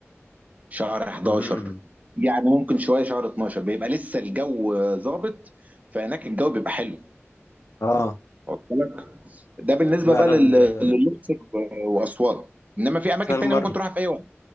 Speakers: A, on the right; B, on the left.
A: شهر 11
B: امم
A: يعني ممكن شوية شهر 12 بيبقى لسه الجو ظابط فهناك الجو بيبقى حلو
B: اه
A: واصل لك ده بالنسبة
B: لا
A: بقى
B: انا
A: لل-
B: ال...
A: للأقصر وأسوان إنما في أماكن
B: انا المر...
A: تانية ممكن تروحها في أي وقت